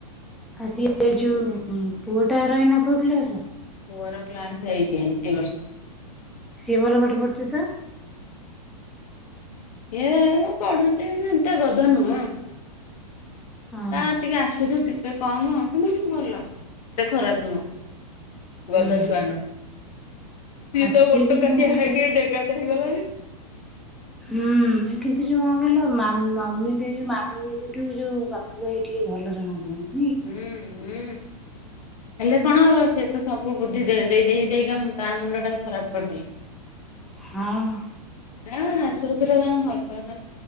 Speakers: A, in the centre; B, on the left.
A: ଆଉ ସିଏ ଯୋ ପୁଅ ଟା ର ଏଇନା କଉ କ୍ଲାସ୍
B: ପୁଅର କ୍ଲାସ ଏଇଟ୍ ଏଇ ବର୍ଷ
A: ସିଏ ଭଲ ପାଠ ପଡୁଛି ତ
B: ଏ ମୁଁ ପଢୁଛି ଏତେ ଗଧ ନୁହଁ
A: ହଁ
B: ତା ଟିକେ ଆସୁଛୁ ଟିକେ କମ୍ ହ କିନ୍ତୁ ଭଲ ଏତେ ଖରାପ ନୁହଁ
A: ହୁଁ
B: ଗଦା ଯୁଆନ
A: ହୁଁ
B: ସିଏ
A: ଆଉ
B: ତ
A: ସିଏ
B: ଓଟ
A: କିନ୍ତୁ
B: କାଟିଆ
A: କଣ କହିଲ
B: ହେ କେ ଡେଙ୍ଗାଟେ ହେଇଗଲାଣି
A: ହୁଁ କିନ୍ତୁ ଯୋଉ କଣ କହିଲ ମା ମାମି ଦିଦିଠୁ ଯୋଉ ବାପା ପୁ ଭାଇ ଟିକେ ଭଲ ଜଣା ପଡୁନି
B: ହୁଁ ହୁଁ ହେଲେ କଣ ହବ ସିଏ ତ ସବୁ ବୁଧି ଦେଇ ଦେଇ ଦେଇକା ତା ମୁଣ୍ଡ ଟାକୁ ଖରାପ କରିଦେଲେ
A: ହଁ
B: ହଁ ଶାଶୁ ଶଶୁର ଜଣେ ଭଲ ପାଉଚନ୍ତି